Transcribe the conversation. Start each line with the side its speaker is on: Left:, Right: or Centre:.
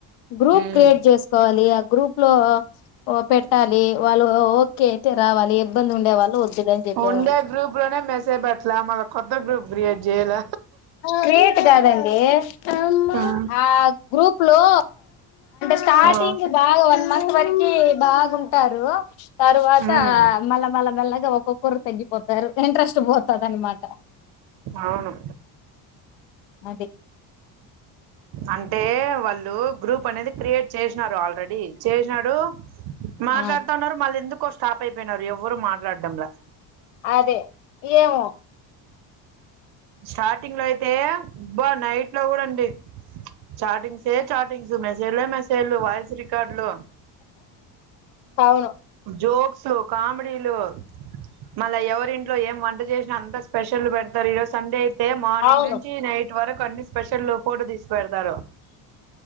Left: గ్రూప్
Right: ఉమ్
Left: క్రియేట్ చేసుకోవాలి. గ్రూప్ లో పెట్టాలి వాళ్ళు ఓకే అయితే రావాలి. ఇబ్బంది ఉండేవాళ్ళు వద్దులే అని చెప్పేవాళ్ళు.
Right: ఉండే గ్రూప్ లోనే మెసేజ్ పెట్లా మళ్ళ కొత్త గ్రూప్ క్రియేట్ చేయాల
Left: క్రియేట్ కాదండి. ఏఫ్ అమ్మ
Right: ఉమ్
Left: ఆ గ్రూప్ లో స్టార్టింగ్
Right: ఆ
Left: బాగా వ మంత్ వరికి బాగుంటారు తరువాత
Right: ఉమ్
Left: మళ్ళా మళ్ళ మెల్లగా ఒక్కొక్కరు తగ్గిపోతంది సారు ఇంట్రెస్ట్ పోతది అనమాట
Right: అవును
Left: అది
Right: అంటే వాళ్ళు గ్రూప్ అనేది క్రియేట్ చేసినారు ఆల్రెడీ చేసినాడు మాట్లాడతాండారు
Left: ఆ
Right: మళ్ళ ఎందుకు వస్తు స్టాపై పాయినారు ఎవ్వరు మాట్లాడటం లా
Left: అదే ఏమో
Right: స్టార్టింగ్ లో అయితే అబ్బా నైట్ లో కూడాండి చాటింగ్ సే చాటింగ్స్ మెసేజ్ లే మెసేజ్లు వాయిస్ రికార్డులు
Left: అవును
Right: జో లు కామెడీలు మళ్ళా ఎవరింట్లో ఏం వంట చేసినా అంత స్పెషల్ పెడతరు ఈరోజు సండే అయి అయితే మార్నింగ్
Left: అవును
Right: నుంచి నైట్ ఇంత వరకు అన్ని స్పెషల్లు ఫోటో తీసిపెడత